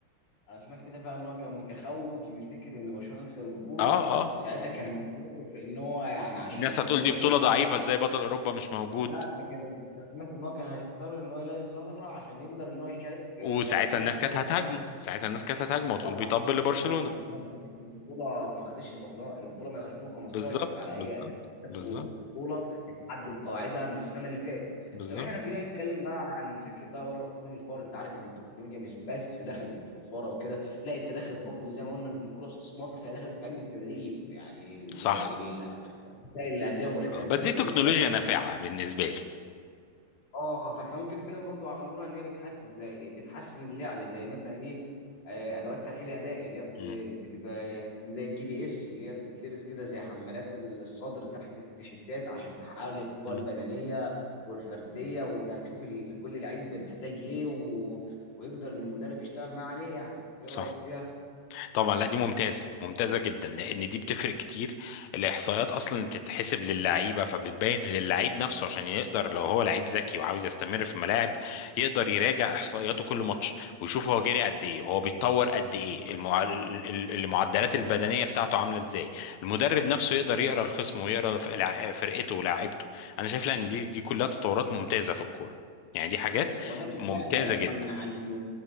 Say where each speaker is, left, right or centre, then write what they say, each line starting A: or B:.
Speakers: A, on the left; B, on the left.
A: انا سمعت كده فعلا ان هو كان متخوف من فكره ان برشلونه يكسب البطوله
B: اه اه
A: وساعتها كان هيضطر في ان هو يعني عشان
B: الناس
A: بطل
B: هتقول
A: اوروبا
B: دي بطوله
A: ازاي
B: ضعيفه
A: ما يلعبش
B: ازاي بطل اوروبا مش موجود
A: لا ده كان انا سمعت ان هو كان هيضطر ان هو يلاقي ثغره عشان يقدر ان هو يشارك
B: وساعتها
A: آه، برشلونه
B: الناس
A: في
B: كانت
A: دوري الابطال
B: هتهاجمه ساعتها الناس كانت هتهاجمه وتقول
A: طبعا
B: بيطبل
A: بتكلم
B: لبرشلونه
A: في برشلونه ما خدتش البطوله ما خدتش البطوله البطوله من 2015
B: بالظبط
A: فعلى
B: بالظبط
A: اي اساس
B: بالظبط
A: في بطوله اتحدد قواعدها من السنه اللي فاتت
B: بالظبط
A: طب احنا لو جينا نتكلم بقى عن فكره بقى بره خروج الفار انت عارف ان التكنولوجيا مش بس دخلت في الفاره وكده لا انت دخلت برضو زي ما قلنا من الكره استثمار فهي دخلت في علم التدريب يعني المدر...
B: صح
A: ال- الانديه وملاك
B: آه،
A: الانديه
B: بس
A: دلوقتي
B: دي تكنولوجيا
A: بيستثمروا
B: نافعة بالنسبة لي
A: اه فاحنا ممكن نتكلم برضو عن دورها ان هي بتحسن زي بتحسن اللعب زي مثلا ايه آه، ادوات تحليل اداء اللي هي بت-
B: مم.
A: بتبقى زي الجي بي اس اللي هي بتتلبس كده زي حمالات الصدر تحت التيشيرتات عشان تحاول القوه
B: مم.
A: البدنيه والفرديه وانها تشوف ال- كل لعيب محتاج ايه و... ويقدر ان المدرب يشتغل معاه عليه يعني ايه رايك
B: صح
A: فيها؟
B: طبعا لا دي ممتازه ممتازه جدا لان دي بتفرق كتير الاحصائيات اصلا بتتحسب للعيبه فبتبين للعيب نفسه عشان يقدر لو هو لعيب ذكي وعاوز يستمر في الملاعب يقدر يراجع احصائياته كل ماتش ويشوف هو جري قد ايه وهو بيتطور قد ايه المع... ال- ال- المعدلات البدنيه بتاعته عامله ازاي المدرب نفسه يقدر يقرا الخصم ويقرا ف- لع- فرقته ولاعيبته انا شايف لأ ان دي دي كلها تطورات ممتازه في الكوره يعني دي حاجات
A: هو ده بالفعل
B: ممتازه
A: اصلا
B: جدا
A: يعني